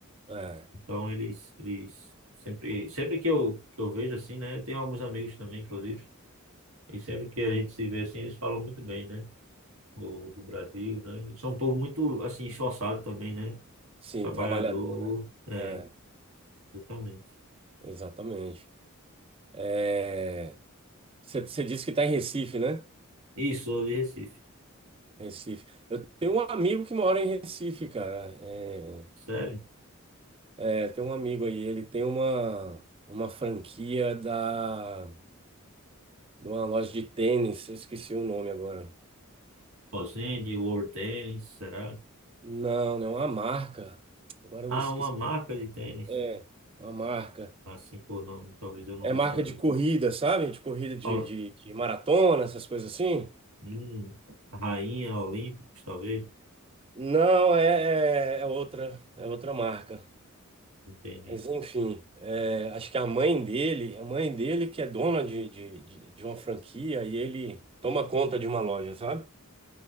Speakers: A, on the right (about 25°); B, on the right (about 80°).
A: É,
B: Então eles eles sempre sempre que eu que eu vejo assim, né? Eu tenho alguns amigos também, inclusive. E sempre que a gente se vê assim, eles falam muito bem, né? Do, do Brasil, né? E são um povo muito, assim, esforçado também, né?
A: sim,
B: Trabalhador,
A: trabalhador, né?
B: é,
A: É,
B: exatamente.
A: exatamente. É, você disse que está em Recife, né?
B: Isso, sou de Recife.
A: Recife. Eu tenho um amigo que mora em Recife, cara. É,
B: Sério?
A: é, tem um amigo aí, ele tem uma, uma franquia da, de uma loja de tênis, eu esqueci o nome agora.
B: Fazende, World Tênis, será?
A: Não, não, né, uma marca. Agora eu
B: Ah,
A: me esqueci.
B: uma marca de tênis.
A: É, uma marca.
B: Assim por nome, talvez eu não
A: É
B: vou
A: marca
B: saber.
A: de corrida, sabe? De corrida de,
B: Ol-
A: de, de maratona, essas coisas assim.
B: Hum, Rainha Olímpicos, talvez.
A: Não, é, é, é outra, é outra marca.
B: Entendi.
A: Mas enfim, é, acho que a mãe dele, a mãe dele que é dona de, de, de de uma franquia e ele toma conta de uma loja, sabe?